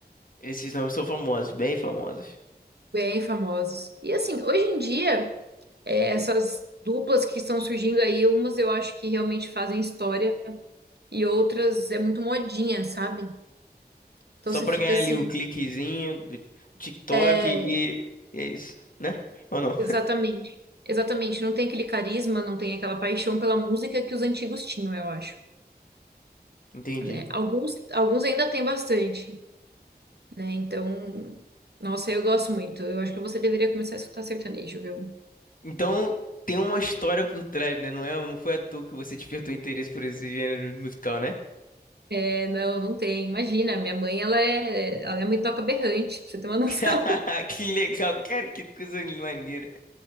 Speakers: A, on the left; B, on the right.
A: Esses nomes são famosos, bem famosos.
B: bem famosos. E, assim, hoje em dia, é, essas duplas que estão surgindo aí, umas eu acho que realmente fazem história. e outras é muito modinha, sabe? Então
A: Só
B: você
A: pra
B: fica
A: ganhar
B: assim,
A: ali o cliquezinho do TikTok
B: é,
A: e e é isso, né? Ou não?
B: exatamente, exatamente, não tem aquele carisma, não tem aquela paixão pela música que os antigos tinham, eu acho,
A: Entendi.
B: né? Alguns, alguns ainda tem bastante, né? Então, nossa, eu gosto muito. Eu acho que você deveria começar a escutar sertanejo, viu?
A: Então tem uma história por trás, né? Não é, não foi à toa que você despertou interesse por esse gênero musical, né?
B: É, não, não tem. Imagina, minha mãe, ela é, ela é muito toca berrante, pra você ter uma <laughs> noção.
A: <laughs> Que legal, cara, que coisa maneira.